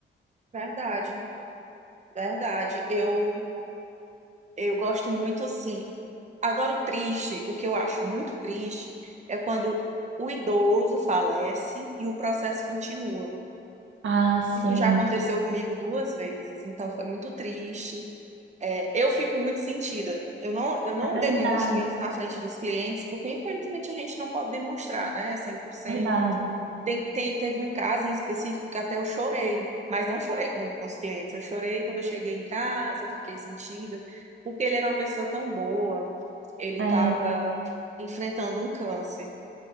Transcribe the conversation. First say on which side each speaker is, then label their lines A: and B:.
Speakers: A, on the right (about 35°); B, on the right (about 75°).
A: Verdade, verdade. Eu, eu gosto muito assim. Agora, o triste, o que eu acho muito triste, é quando o idoso falece e o processo continua.
B: Ah, sim.
A: Isso já aconteceu comigo duas vezes, então foi muito triste. É, eu fico muito sentida. Eu não, eu não
B: É verdade,
A: demonstro isso na frente dos clientes, porque infelizmente a gente não pode demonstrar, né? cem por cento
B: é verdade.
A: Tem, tem, teve um caso em específico que até eu chorei, mas não chorei com, com os clientes. Eu chorei quando eu cheguei em casa, fiquei sentida, porque ele era uma pessoa tão boa, ele
B: É,
A: estava enfrentando um câncer.